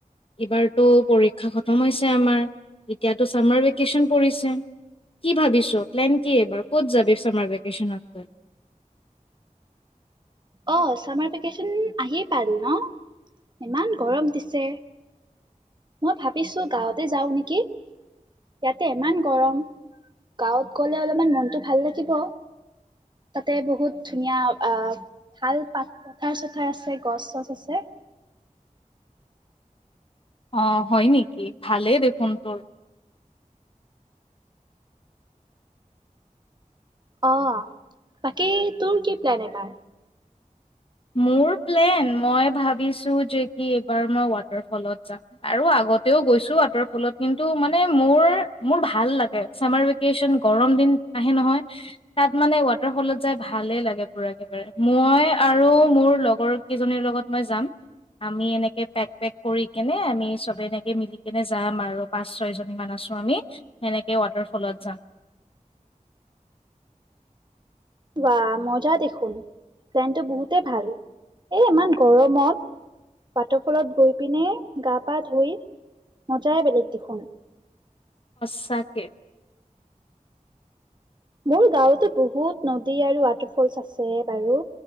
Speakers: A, on the left (about 40°); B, on the right (about 35°).
A: এইবাৰটো পৰীক্ষা খতম হৈছে আমাৰ, এতিয়াতো চামাৰ ভেকেচন পৰিছে, কি ভাবিছ প্লেন কি? এইবাৰ ক'ত যাবি চামাৰ ভেকেচনত তই।
B: অহ ', ছামাৰ ভেকেচন আহি পাল ন, ইমান গৰম দিছে মই ভাবিছো গাঁৱতে যাও নেকি, ইয়াতে ইমান গৰম গাঁৱত গ'লে অলপমান মনটো ভাল লাগিব তাতে বহুত ধুনীয়া আহ ভাল পাত পথাৰ-চথাৰ আছে গছ-চছ আছে।
A: অহ ', হয় নেকি ভালেই দেখোন তোৰ।
B: অহ ', বাকী তোৰ কি প্লেন এইবাৰ?
A: মোৰ প্লেন মই ভাবিছো যে, কি এইবাৰ মই ৱাটাৰফলত যাম আৰু আগতেও গৈছো ৱাটাৰ ফলত কিন্তু মানে মোৰ মোৰ ভাল লাগে চামাৰ ভেকেচন গৰম দিন আহে নহয়, তাত মানে ৱাটাৰফলত যাই ভালেই লাগে পোৰা একেবাৰে মই আৰু মোৰ লগৰ কেইজনীৰ লগত মই যাম, আমি এনেকে পেক - পেক কৰি কিনে আমি চবে এনেকৈ মিলি কেনে যাম আৰু পাঁচ ছয়জনীমান আছো আমি সেনেকৈ ৱাটাৰফলত যাম।
B: ৱাহ মজা দেখোন প্লেনটো বহুতেই ভাল, এ ইমান গৰমত ৱাটাৰফলত গৈ পিনে গা পা ধুই মজাই বেলেগ দেখোন।
A: সচাকে।
B: মোৰ গাৱতে বহুত নদী আৰু ৱাটাৰ ফলছ আছে বাৰু,